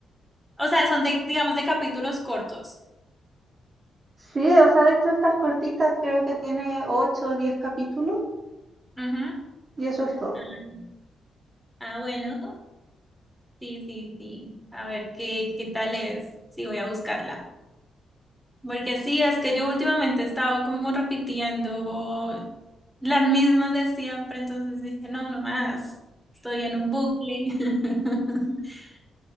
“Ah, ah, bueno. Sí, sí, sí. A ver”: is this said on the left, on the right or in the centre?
Centre